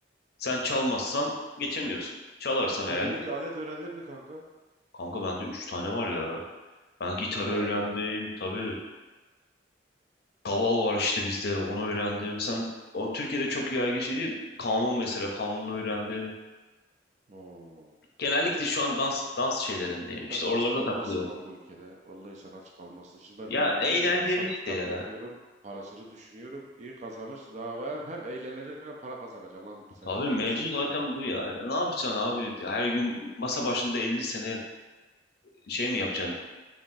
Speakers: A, on the left; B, on the right.
A: Sen çalmazsan geçemiyorsun. Çalarsan
B: Sen
A: eğer
B: yeni bir alet öğrendin mi kanka?
A: kanka bende üç tane var ya. Ben gitar
B: Allah
A: öğrendim
B: Allah.
A: tabii. Kaval var işte bizde onu öğrendim. Sen o Türkiye'de çok yaygın şey değil. Kanun mesela kanunu öğrendim.
B: Oo.
A: Genellikle şu an dans dans şeylerindeyim.
B: Sen
A: İşte
B: aç
A: oralarda
B: kalmazsın
A: takılıyorum.
B: lan bu ülkede. Vallahi sen aç kalmazsın. Şimdi ben
A: Ya
B: maliyedeyim
A: eğlenceli
B: ya hesap
A: işte
B: kitap
A: ya.
B: yapıyorum. Parasını düşünüyorum. İyi kazanırsın. Daha ben hem eğleneceksin hem para kazanacaksın lan sen
A: Tabii
B: üniversiteden
A: mevzu zaten
B: sonra.
A: bu ya. Ne yapacaksın abi? Her gün masa başında 50 sene şey mi yapacaksın?